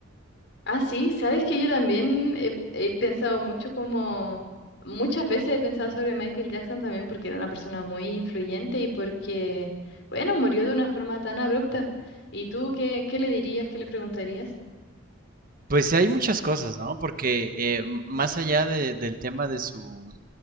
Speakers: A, on the left; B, on the right.
A: Ah, sí, sabes que yo también he, he pensado mucho como, muchas veces he pensado sobre Michael Jackson también porque era una persona muy influyente y porque, bueno, murió de una forma tan abrupta. ¿Y tú qué, qué le dirías, qué le preguntarías?
B: Pues hay muchas cosas, ¿no? Porque eh, más allá de- del tema de su,